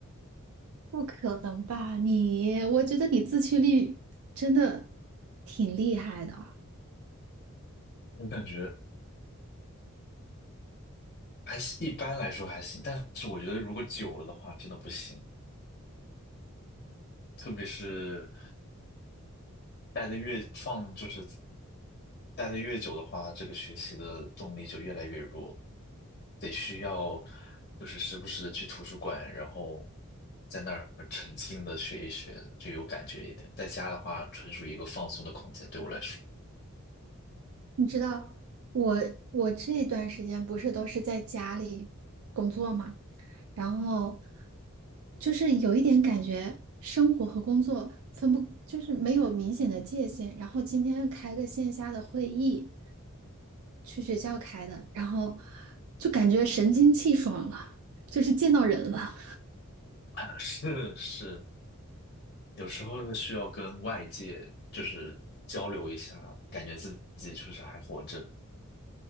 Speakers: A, on the right; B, on the left.
A: 不可能吧？你，我觉得你自驱力真的挺厉害的啊。
B: 我感觉。还是一般来说还行，但是我觉得如果久了的话，真的不行。特别是待的越放，就是待的越久的话，这个学习的动力就越来越弱，得需要就是时不时的去图书馆，然后在那儿沉浸的学一学，就有感觉一点。在家的话，纯属一个放松的空间，对我来说。<laughs>
A: 你知道我我这段时间不是都是在家里工作嘛，然后就是有一点感觉生活和工作分不，就是没有明显的界限。然后今天开个线下的会议。去学校开的，然后就感觉神清气爽了，就是见到人了。
B: 啊，是是，有时候是需要跟外界就是交流一下，感觉自己确实还活着。